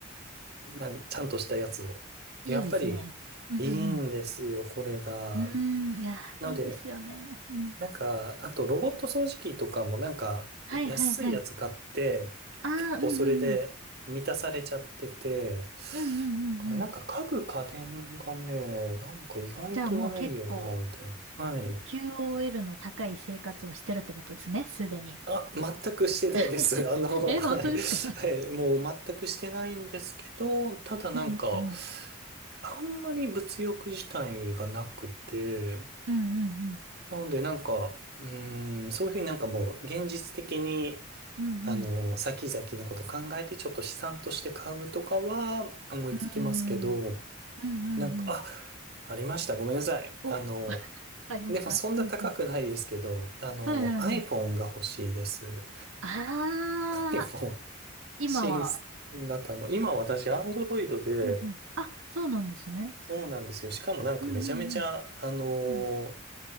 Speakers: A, on the right; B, on the right.
A: なん、ちゃんとしたやつを。で、
B: いいですね。
A: やっぱりいいんですよ、
B: うんうん
A: これが。
B: うん。うーん、いや、
A: なので、
B: いいですよね。うん。
A: なんか、あとロボット掃除機とかもなんか安いやつ買って、
B: はいはいはい。ああ、
A: 結構それで満たされちゃってて、
B: うんうんうん。うんうんうんうん。
A: だからなんか家具家電がね、なんか意外とないよな、
B: じゃあもう結構、
A: みたいな。はい。
B: QOL の高い生活をしてるってことですね、すでに。
A: あ、全くしてないです。
B: <laughs>
A: <laughs> あの、
B: え、
A: はい。
B: 本当ですか
A: えーもう全くしてないんですけど、ただなんか、
B: うんうんうん。
A: あんまり物欲自体がなくて、
B: うんうんうん。
A: なのでなんか、うーん、そういうふうになんかもう現実的に
B: うんうん。
A: あの、先々のこと考えてちょっと資産として買うとかは思いつきますけど、
B: うんうんうんうん。
A: なんか、あ、ありました。ごめんなさい。
B: お、
A: あの、
B: <laughs> ありましたうんうん。
A: でもそんな高くないですけど、あの、
B: はいはいはい。
A: iPhone が欲しいです。
B: ああ、
A: iPhone <laughs>、
B: 今は。
A: 新型の。今私、Android で、
B: うんうん。あ、そうなんですね。
A: そうなんですよ。しかもなんかめちゃめちゃ、
B: うんうんうん。
A: あの
B: うん。